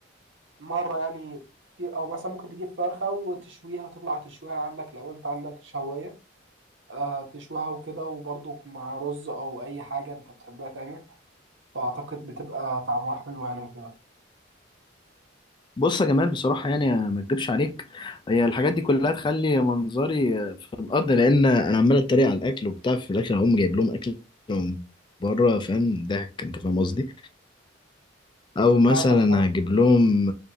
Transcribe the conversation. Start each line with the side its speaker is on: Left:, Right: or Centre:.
Right: مره يعني او مثلا ممكن تجيب فرخه وتشويها تطلع تشويها عندك لو انت عندك شوايه آه، تشويها وكده وبرضو مع رز او اي حاجه انت بتحبها تانية فاعتقد بتبقى طعمها حلو يعني وكده
Left: بص يا جمال بصراحة يعني ما اكدبش عليك هي الحاجات دي كلها تخلي منظري في الأرض لأن أنا عمال أتريق على الأكل وبتاع في الآخر هقوم جايب لهم أكل من بره فاهم ضحك أنت فاهم قصدي أو مثلا
Right: فاهمك فاهمك
Left: هجيب لهم